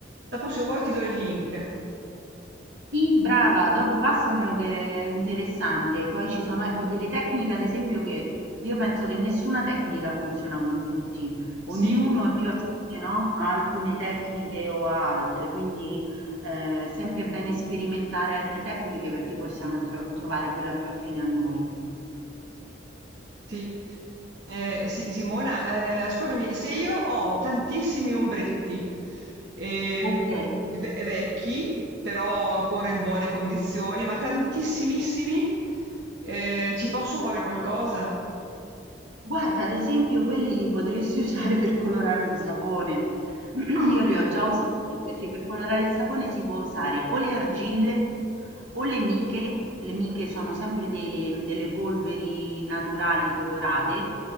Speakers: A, on the right (about 60°); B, on the right (about 80°).
A: Dopo se vuoi ti do il link.
B: Sì, brava, dopo passamelo che è interessante. Poi ci sono, ecco, delle tecniche, ad esempio, che io penso che nessuna tecnica funziona con tutti, ognuno
A: Sì.
B: è più affine, no? A alcune tecniche o a altre, quindi eh, è sempre bene sperimentare altre tecniche perché possiamo intro- trovare quella più affine a noi.
A: Sì. Eh, Si- Simona, eh, ascoltami, se io ho tantissimi ombretti, ehm,
B: Ok.
A: ve- vecchi, però ancora in buone condizioni, ma tantissimissimi, eh, ci posso fare qualcosa?
B: Guarda, ad esempio, quelli li potresti <laughs> usare per colorare un sapone. <clears throat>
A: Ah.
B: Io li ho già usati perché per colorare il sapone si può usare o le argille o le miche. Le miche sono sempre de- delle polveri naturali colorate